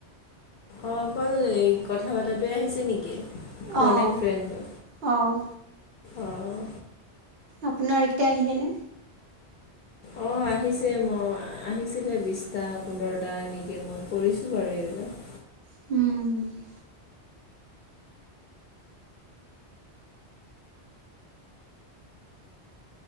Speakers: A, on the left; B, on the right.
A: অ অকল এই কথা পতটোৱে আহিছে নেকি? ফোনে
B: অঁ
A: ফ্ৰেণ্ডটো
B: অঁ
A: অঁ
B: আপোনাৰ এতিয়া আহিলে নে?
A: অঁ আহিছে মোৰ, আহিছিলে বিছটা, পোন্ধৰটা এনেকে এনেকে, মই কৰিছিলো বাৰু এইবিলাক
B: উম